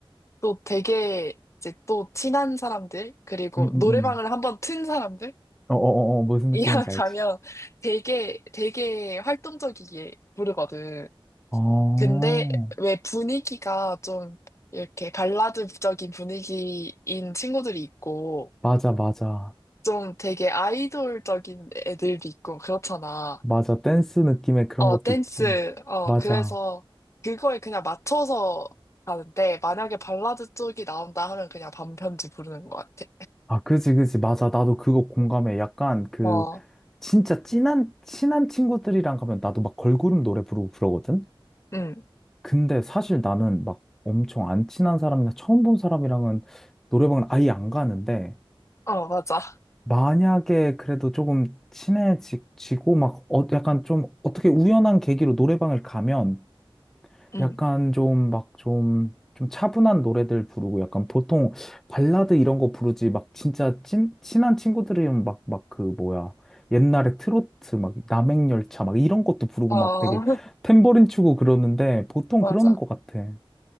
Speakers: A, on the left; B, in the centre.
A: 또 되게 이제 또 친한 사람들, 그리고
B: 음, 음, 음.
A: 노래방을 한번 튼 사람들? <laughs>
B: 어, 어, 어, 어, 무슨 느낌인지
A: 이랑 가면
B: 알지?
A: 되게, 되게 활동적이게 부르거든.
B: 어,
A: 근데 왜 분위기가 좀 이렇게 발라드적인 분위기인 친구들이 있고,
B: 맞아, 맞아.
A: 좀 되게 아이돌적인 애들도 있고, 그렇잖아.
B: 맞아. 댄스 느낌의 그런
A: 어,
B: 것도
A: 댄스.
B: 있지.
A: 어,
B: 맞아.
A: 그래서 그거에 그냥 맞춰서 가는데, 만약에 발라드 쪽이 나온다 하면 그냥 반편지 부르는 것 같아.
B: 아, 그지, 그지. 맞아. 나도 그거 공감해. 약간 그,
A: 어.
B: 진짜 진한, 친한 친구들이랑 가면 나도 막 걸그룹 노래 부르고 그러거든?
A: 응.
B: 근데 사실 나는 막 엄청 안 친한 사람이나 처음 본 사람이랑은 노래방은 아예 안 가는데,
A: 어, 맞아.
B: 만약에 그래도 조금 친해지고 막, 어, 약간 좀 어떻게 우연한 계기로 노래방을 가면
A: 응.
B: 약간 좀 막 좀 좀 차분한 노래들 부르고 약간 보통 발라드 이런 거 부르지 막 진짜 친 친한 친구들이면 막 막 그 뭐야 옛날에 트로트 막 남행열차 막 이런 것도 부르고
A: 어,
B: 막 되게
A: <laughs>
B: 탬버린 치고 그러는데 보통
A: 맞아.
B: 그러는 것 같아.